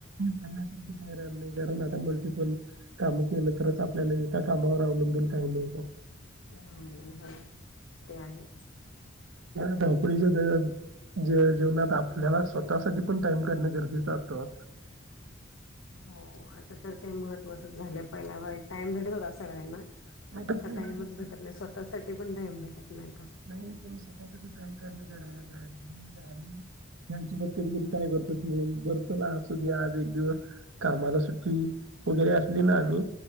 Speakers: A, on the right; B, on the left.
A: पहिल्याारख तर नाही कारण आता मल्टिपल काम केलं तरच आपल्याला एका कामावर अवलंबून काही नत
B: नाही नाही ह ते आहेच
A: कडीचे ते ज जेवना त आपल्याला स्वतःसाठीठी पण टाइम काढणं गरजेचं असतं
B: हो तर तर ते महत्त्वाचंच झाले पहिल्या वाईट टाइम भेटत होता सगळ्यांना
A: पहिला
B: पण टाइमच
A: कसं
B: भेटत नाही स्वतःसाठी पण टाइम भेटत नाही आता
A: नाही पण सफासाठीफम करण गरच आहे आ्ही यांसबत कधी कधी काय करतो की बतो ना अस आज एक दिवस कामाला सुट्टी वगैरे असली ना आम्ही